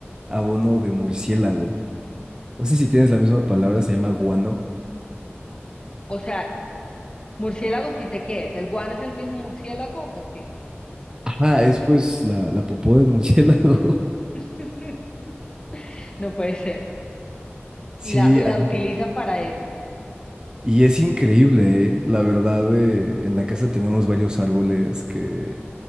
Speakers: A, on the right (about 20°); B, on the left (about 20°).
A: abono de murciélago. No sé si tienes la misma palabra, se llama guano.
B: O sea, murciélago sí sé qué es, ¿el guano es el mismo murciélago o qué?
A: Ajá, es pues la, la popó del murciélago. <laughs>
B: <laughs> No puede ser.
A: Sí,
B: Y la, y la
A: ahí
B: utilizan para eso.
A: Y es increíble, ¿eh? La verdad, eh, en la casa tenemos varios árboles que,